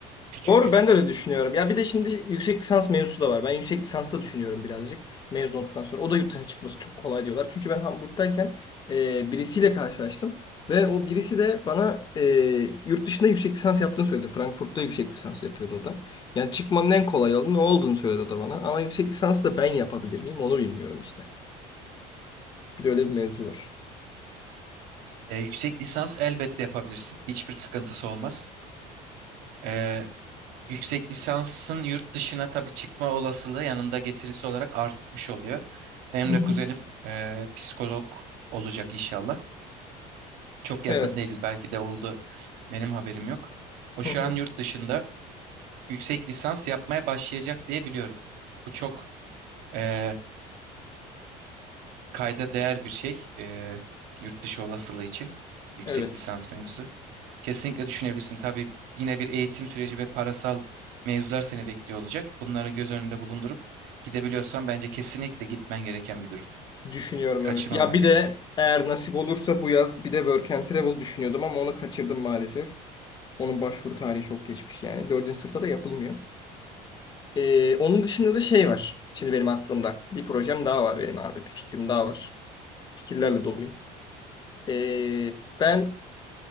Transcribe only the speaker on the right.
Küçük
küçük.
E, yüksek lisans elbette yapabilirsin. Hiçbir sıkıntısı olmaz. E, Yüksek lisansın yurt dışına tabii çıkma olasılığı yanında getirisi olarak artmış oluyor. Benim
de
kuzenim e, psikolog olacak inşallah. Çok yakın
değiliz belki de oldu. Benim haberim yok. O
şu
an yurt dışında yüksek lisans yapmaya başlayacak diye biliyorum. Bu çok e, kayda değer bir şey. E, yurt dışı olasılığı için yüksek
lisans mevzusu. Kesinlikle düşünebilirsin. Tabii yine bir eğitim süreci ve parasal mevzular seni bekliyor olacak. Bunları göz önünde bulundurup gidebiliyorsan bence kesinlikle gitmen gereken bir durum.
Kaçırmaman
gereken.